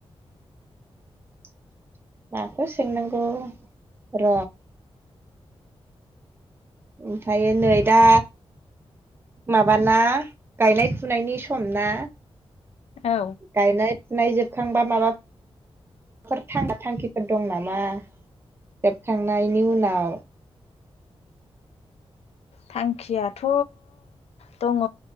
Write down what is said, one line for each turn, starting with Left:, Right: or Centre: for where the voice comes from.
Right: <inaudible> माखौ सोंनांगौ र ओमफ्राय नै दा माबाना गायनाय फुनायनि सम ना
Left: औ
Right: गायनाय फुनाय जोबखांबा माबा माबाफोर थाङना थांखिफोर दं नामा जोबखांनायनि उनाव
Left: थांखियाथ दङ